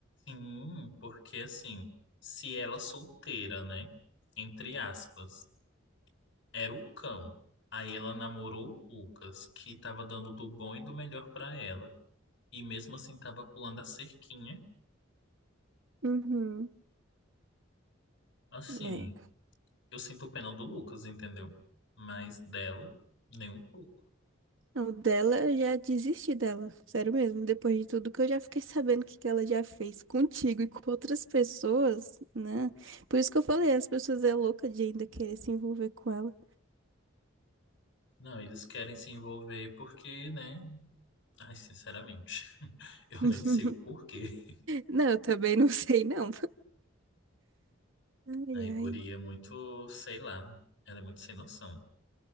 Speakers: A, on the left (about 65°); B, on the right (about 75°).
A: Sim, porque assim, se ela solteira, né? Entre aspas, era o cão. Aí ela namorou o Lucas, que tava dando do bom e do melhor pra ela. E mesmo assim tava pulando a cerquinha.
B: Uhum.
A: Assim,
B: É.
A: eu sinto pena do Lucas, entendeu? Mas dela, nem um pouco.
B: Não, dela eu já desisti dela, sério mesmo. Depois de tudo que eu já fiquei sabendo que que ela já fez contigo e com outras pessoas, né? Por isso que eu falei, as pessoas é louca de ainda querer se envolver com ela.
A: Não, eles querem se envolver porque, né? Ai, sinceramente, <laughs> eu
B: <laughs>
A: nem sei o porquê.
B: Não, eu também não sei, não. Ai,
A: A
B: ai.
A: guria é muito, sei lá, ela é muito sem noção.